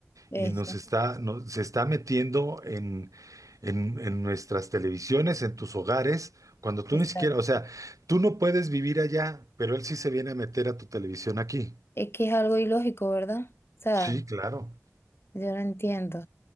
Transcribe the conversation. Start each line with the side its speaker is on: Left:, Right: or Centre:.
Left: eso.
Right: y nos está, no- se está metiendo en, en, en nuestras televisiones, en tus hogares, cuando tú
Left: Exacto.
Right: ni siquiera, o sea, tú no puedes vivir allá, pero él sí se viene a meter a tu televisión aquí.
Left: Es que es algo ilógico, ¿verdad? O sea,
Right: Sí, claro,
Left: yo no entiendo.